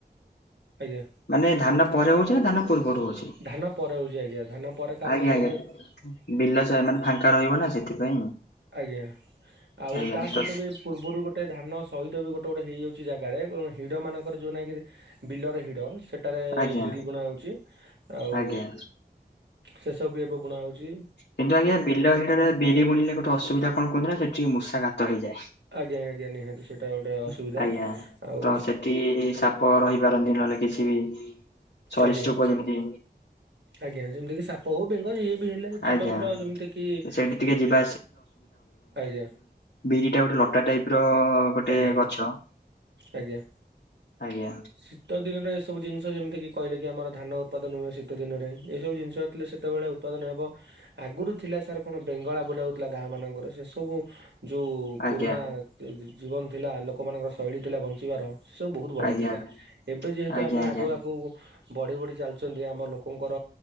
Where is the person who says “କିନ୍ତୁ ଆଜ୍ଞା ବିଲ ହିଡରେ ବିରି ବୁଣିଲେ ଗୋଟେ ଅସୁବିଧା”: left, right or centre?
Left